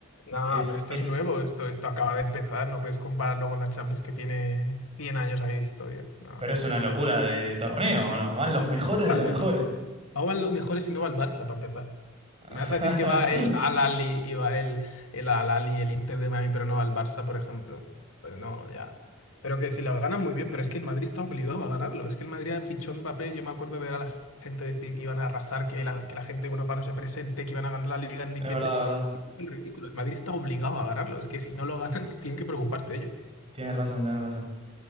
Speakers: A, on the left; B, on the right.
A: No,
B: Es,
A: pero esto
B: es,
A: es nuevo, esto, esto acaba de empezar. No puedes compararlo con la Champions que tiene 100 años ahí de historia. No,
B: pero es una locura de, de torneo, ¿o no? Van los mejores de
A: Ah,
B: los
A: pe-
B: mejores.
A: pe- no van los mejores y no va el Barça para empezar.
B: <laughs>
A: Me vas a decir que va el Al-Ali y va el, el Al-Ali, el Inter de Miami, pero no va el Barça, por ejemplo. Pues no, ya. Pero que si lo ganan muy bien, pero es que el Madrid está obligado a ganarlo. Es que el Madrid fichó a Mbappé. Yo me acuerdo de ver a la gente decir que iban a arrasar, que la, que la gente europea no se presente, que iban a ganar la Liga en diciembre.
B: Es verdad, verdad.
A: Es ridículo. El Madrid está obligado a ganarlo. Es que si no lo ganan, <laughs> tienen que preocuparse de ellos.
B: Tienes razón, tienes razón.